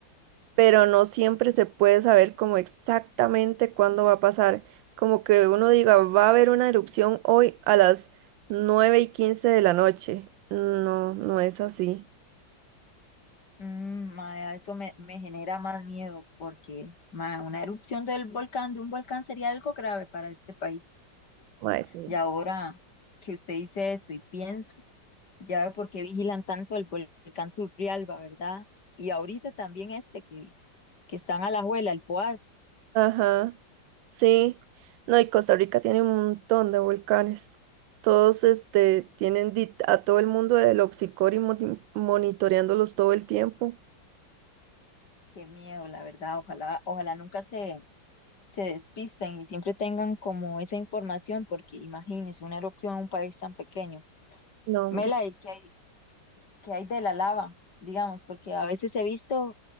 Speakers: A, on the right; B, on the left.
A: pero no siempre se puede saber como exactamente cuándo va a pasar. Como que uno diga, va a haber una erupción hoy a las 9 y 15 de la noche. No, no es así.
B: Mm, ma, eso me, me genera más miedo porque, ma, una erupción del volcán, de un volcán sería algo grave para este país.
A: Mae, sí.
B: Y ahora que usted dice eso y pienso, Ya veo por qué vigilan tanto el volcán Turrialba, ¿verdad? Y ahorita también este que, que están a la juela, el Poás.
A: Ajá, sí. No, y Costa Rica tiene un montón de volcanes. Todos este, tienen di- a todo el mundo del obsicor y moni- monitoreándolos todo el tiempo.
B: Qué miedo, la verdad. Ojalá, ojalá nunca se, se despisten y siempre tengan como esa información, porque imagínense una erupción en un país tan pequeño.
A: No, hombre.
B: Mela, ¿y qué hay, qué hay de la lava? Digamos, porque a veces he visto